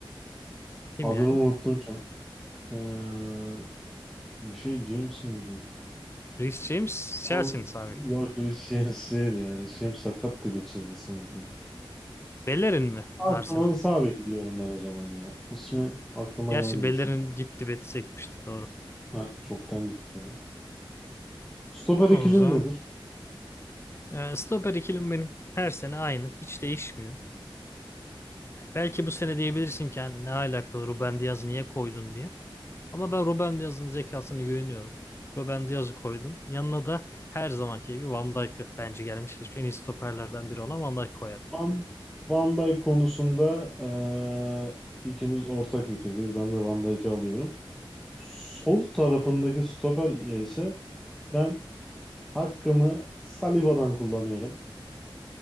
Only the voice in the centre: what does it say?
Adını
unuttum şu an. Eee, bir şey James miydi?
Ama-
Yok
Reece James değil ya. Reece James sakattı geçirdi sanki.
Arsenal'ın
sağ beki diyorum ben o zaman ya. İsmi aklıma
gelmedi
şu an.
Ha, çoktan gitti ya. Stoper
ikilin
nedir?
Van, Van Dijk konusunda eee, ikimiz ortak fikirdeyiz. Ben de Van Dijk'i alıyorum. Sol tarafındaki stoper ise ben hakkımı Saliba'dan kullanıyorum.